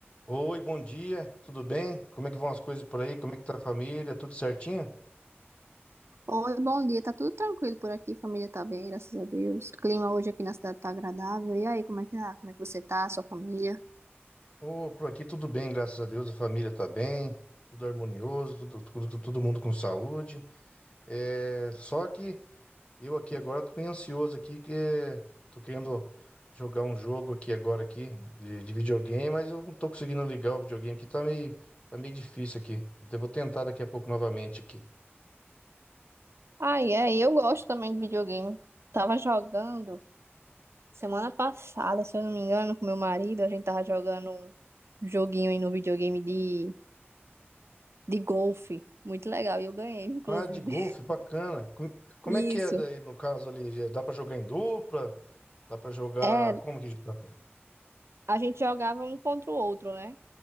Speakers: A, on the left; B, on the right.
A: Oi, bom dia, tudo bem? Como é que vão as coisas por aí? Como é que tá a família? Tudo certinho?
B: Oi, bom dia. Tá tudo tranquilo por aqui, família tá bem, graças a Deus. Clima hoje aqui na cidade tá agradável. E aí, como é que tá? Como é que você tá, sua família?
A: Ô, por aqui tudo bem, graças a Deus, a família tá bem, tudo harmonioso, tudo, tudo- todo mundo com saúde. É, só que eu aqui agora tô meio ansioso aqui, que é, tô querendo jogar um jogo aqui agora aqui de, de videogame, mas eu não tô conseguindo ligar o videogame aqui, tá meio, tá meio difícil aqui. Então eu vou tentar daqui a pouco novamente aqui.
B: Ah, é, e eu gosto também de videogame. Tava jogando semana passada, se eu não me engano, com meu marido, a gente tava jogando um joguinho aí no videogame de, de golfe. Muito legal, e eu ganhei, inclusive.
A: Ah, de golfe, bacana. Como, como
B: <laughs>
A: é que
B: Isso.
A: é daí no caso ali? Já Dá pra jogar em dupla? Dá pra jogar.
B: É,
A: Como que dá pra...
B: a gente jogava um contra o outro, né?